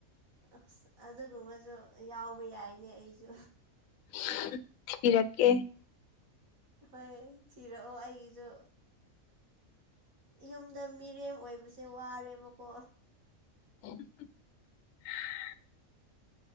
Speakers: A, on the right (about 75°); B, on the left (about 70°).
A: ꯑꯁ ꯑꯗꯨꯒꯨꯝꯕꯁꯨ ꯌꯥꯎꯕ ꯌꯥꯏꯅꯦ ꯑꯩꯁꯨ꯫
B: <unintelligible> ꯊꯤꯕꯤꯔꯛꯀꯦ꯫
A: ꯍꯣꯏ ꯊꯤꯔꯛꯑꯣ ꯑꯩꯒꯤꯁꯨ꯫ ꯏꯌꯨꯝꯗ ꯃꯤꯔꯦꯝ ꯑꯣꯏꯕꯁꯦ ꯋꯥꯔꯦꯕꯀꯣ꯫
B: <unintelligible>